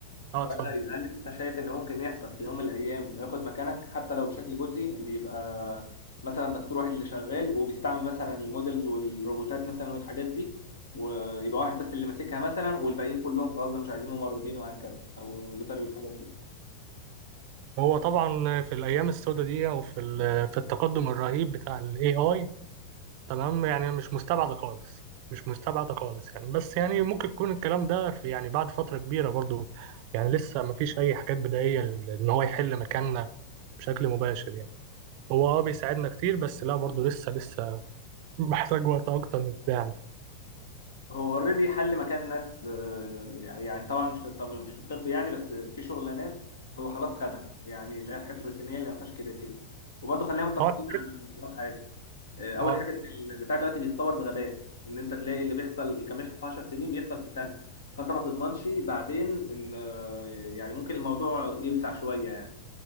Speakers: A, on the right; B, on the left.
A: أه
B: سؤال
A: اتفضل
B: غريب هل انت شايف ان ممكن يحصل في يوم من الايام وياخد مكانك حتى لو بشكل جزئي ان يبقى مثلا دكتور واحد اللي شغال وبيستعمل مثلا المودلز والروبوتات مثلا والحاجات دي ويبقى واحد بس اللي ماسكها مثلا والباقيين كلهم خلاص ده مش عايزين ممرضين وهكذا او بيطري والحاجات دي
A: هو طبعا في الأيام السوداء دي أو في ال- في التقدم الرهيب بتاع ال AI تمام يعني مش مستبعدة خالص مش مستبعدة خالص يعني بس يعني ممكن يكون الكلام ده في يعني بعد فترة كبيرة برضو يعني لسه مفيش أي حاجات بدائية ل- إن هو يحل مكاننا بشكل مباشر يعني هو اه بيساعدنا كتير بس لا برضو لسه لسه <laughs> محتاج وقت أكتر من كده يعني
B: هو اوريدي حل مكان ناس آه، يعني طبعا مش في الطب مش في الطب يعني بس في شغلانات هو خلاص خدها يعني اللي هي حاجات روتينيه اللي ما فيهاش كرياتيفيتي وبرضه خلينا متفقين
A: اه الحاجات-
B: على حاجه آه، اول
A: اه
B: حاجه ان البتاع دلوقتي بيتطور بغباء ان انت تلاقي اللي بيحصل كمثل في 10 سنين بيحصل في سنه فانت ما تضمنش بعدين ان آه، يعني ممكن الموضوع يوسع شويه يعني